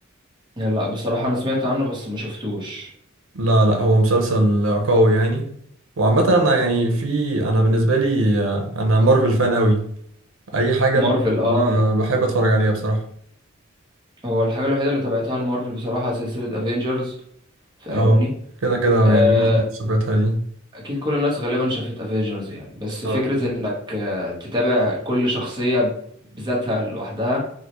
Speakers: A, on the right; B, on the right.
A: لا لا، بصراحة انا سمعت عنه بس ما شفتوش
B: لا لا هو مسلسل قوي يعني وعامة انا يعني في انا بالنسبة لي آه، انا مارفل فان قوي اي حاجة المارفل
A: مارفل اه
B: انا بحب اتفرج عليها بصراحة
A: هو الحاجة الوحيدة اللي تابعتها لمارفل بصراحة سلسلة افنجرز فاهمني
B: اه كده كده
A: آه،
B: يعني معظم صفاتها دي
A: اكيد كل الناس غالبا شافت افنجرز يعني بس
B: اه
A: فكرة انك آه، تتابع كل شخصية بذاتها لوحدها